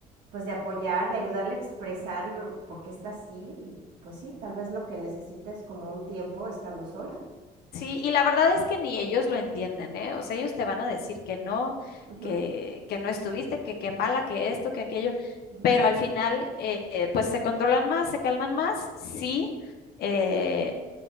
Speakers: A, on the right (about 80°); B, on the left (about 70°).
A: pues de apoyar, de ayudarle a expresar lo- por qué está así, y, pues sí, tal vez lo que necesita es como un tiempo estando sola.
B: Sí, y la verdad es que ni ellos lo entienden, ¿eh? O sea, ellos te van a decir que no,
A: Ujú,
B: que, que no estuviste, que qué mala, que esto, que aquello,
A: ujú.
B: pero al final, eh, eh, pues se controlan más, se calman más, sí, eh,